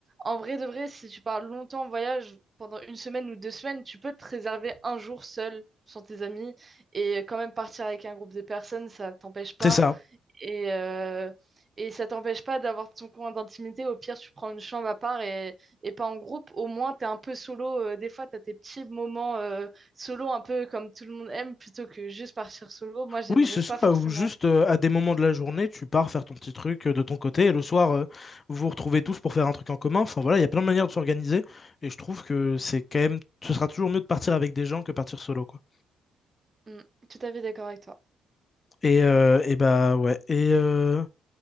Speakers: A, on the right; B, on the left.
A: en vrai de vrai, si tu pars longtemps en voyage, pendant une semaine ou deux semaines, tu peux te réserver un jour seul, sans tes amis, et quand même partir avec un groupe de personnes, ça t'empêche pas.
B: c'est ça.
A: Et, euh, et ça t'empêche pas d'avoir ton coin d'intimité. Au pire, tu prends une chambre à part et, et pas en groupe. Au moins, t'es un peu solo. Euh, Des fois, t'as tes petits moments euh, solo, un peu comme tout le monde aime, plutôt que juste partir solo. Moi, j'aimerais
B: Oui, c'est
A: pas
B: ça.
A: forcément.
B: Ou juste euh, à des moments de la journée, tu pars faire ton petit truc euh, de ton côté, et le soir, euh, vous vous retrouvez tous pour faire un truc en commun. Enfin voilà, il y a plein de manières de s'organiser, et je trouve que c'est quand même, ce sera toujours mieux de partir avec des gens que partir solo, quoi.
A: Mm, tout à fait d'accord avec toi.
B: Et, euh, et bah ouais. Et euh,